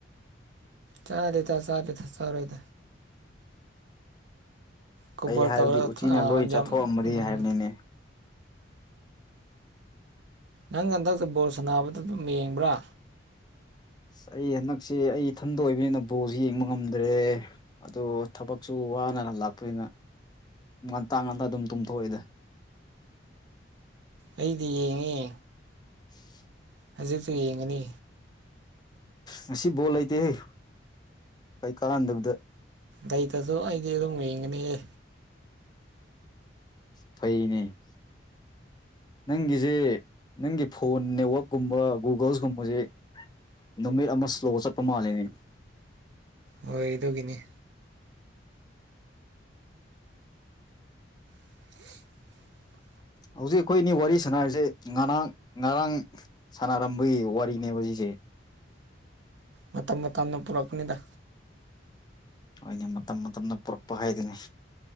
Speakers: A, on the right; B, on the left.
A: ꯆꯥꯗꯦꯗ ꯆꯥꯗꯦꯗ ꯆꯥꯔꯣꯏꯗ ꯀꯨꯕꯔ
B: ꯑꯩ ꯍꯥꯏꯕꯗꯤ
A: ꯇꯧꯔꯒ
B: ꯎꯆꯤꯅ
A: ꯊꯝ
B: ꯂꯣꯏ ꯆꯥꯊꯣꯛꯑꯝꯃꯗꯤ
A: ꯌꯥꯝ ꯎꯝ
B: ꯍꯥꯏꯕꯅꯤꯅꯦ
A: ꯅꯪ ꯍꯟꯗꯛꯇ ꯕꯣꯜ ꯁꯥꯟꯅꯕꯗ ꯑꯗꯨꯝ ꯌꯦꯡꯕ꯭ꯔꯥ
B: ꯑꯁ ꯑꯩ ꯍꯟꯗꯛꯁꯦ ꯑꯩ ꯏꯊꯟꯗ ꯑꯣꯏꯕꯅꯤꯅ ꯕꯣꯜ ꯌꯦꯡꯕ ꯉꯝ ꯗꯨ꯭ꯔꯦ ꯑꯗꯨ ꯊꯕꯛꯁꯨ ꯋꯥꯅ ꯍꯜꯂꯥꯛꯄꯅꯤꯅ ꯉꯟꯇꯥ ꯉꯟꯇꯥ ꯗꯨꯝ ꯇꯨꯝꯊꯣꯛꯑꯦꯗ
A: ꯑꯩꯗꯤ ꯌꯦꯡꯉꯦ
B: <inaudible>
A: ꯍꯧꯖꯤꯛꯁꯨ ꯌꯦꯡꯉꯅꯤ
B: ꯉꯁꯤ ꯕꯣꯜ ꯂꯩꯇꯦꯍꯦ ꯀꯩ ꯀꯥꯥꯟꯗꯕꯗ
A: ꯂꯩꯇꯖꯨ ꯑꯩꯗꯤ ꯑꯗꯨꯝ ꯌꯦꯡꯒꯅꯤꯌꯦ
B: ꯐꯩꯅꯦ ꯅꯪꯒꯤꯖꯤ ꯅꯪꯒꯤ ꯐꯣꯟ ꯅꯦꯋꯥꯛꯀꯨꯝꯕ ꯒꯨꯒꯜꯁꯀꯨꯝꯕꯁꯦ ꯅꯨꯃꯤꯠ ꯑꯃ ꯁ꯭ꯂꯣ ꯆꯠꯄ ꯃꯥꯜꯂꯦꯅꯦ
A: ꯍꯣꯏ ꯑꯗꯨꯒꯤꯅꯤ <inaudible>
B: ꯍꯧꯖꯤꯛ ꯑꯈꯣꯏ ꯑꯅꯤ ꯋꯥꯔꯤ ꯁꯥꯟꯅꯔꯤꯖꯦ ꯉꯔꯥꯡ ꯉꯔꯥꯡ ꯁꯥꯟꯅꯔꯝꯕꯒꯤ ꯋꯥꯔꯤꯅꯦꯕ ꯁꯤꯖꯦ
A: ꯃꯇꯝ ꯃꯇꯝꯅ ꯄꯨꯔꯛꯄꯅꯤꯗ
B: ꯍꯣꯏꯅꯦ ꯃꯇꯝ ꯃꯇꯝꯅ ꯄꯨꯔꯛꯄ ꯍꯥꯏꯗꯨꯅꯤ